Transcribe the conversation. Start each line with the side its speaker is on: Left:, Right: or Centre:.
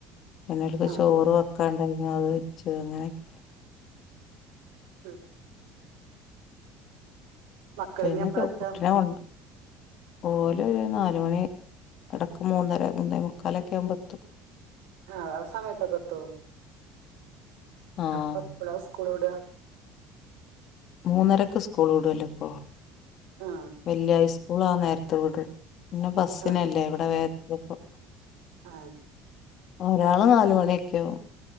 Left: പിന്നെഓല്ക്ക്
Right: ആ
Left: ചോറ് വെക്കാണ്ടായി ന്നെ അഹ് വെച്ച് അങ്ങനെയൊക്കെ
Right: ഉം മക്കള്
Left: കൈഞ്ഞിട്ട്
Right: ഇനി എപ്പളാ എത്താ
Left: കുട്ടിനെ കൊണ്ട ഓല് രു നാല് മണി എടക്ക് മൂന്നര മുന്നെ മുക്കാലൊക്കെ ആവുമ്പോ എത്തും
Right: ആഹ് സമയത്തൊക്കെത്തോ?
Left: ആഹ്
Right: അപ്പ പ്ളാ സ് ക്കൂള് വിടുക
Left: മൂന്നരക്ക് സ്കൂൾ വിടുല്ലോ ഇപ്പോ
Right: ആ
Left: വല്യയ് ളാ നേരത്ത് വിടും പിന്നെ ബസ്സിനല്ലേ
Right: ആ
Left: ഇവിടെ വേ <unintelligible>
Right: ആ
Left: ഒരാള് നാല് മണിയൊക്കെയാവും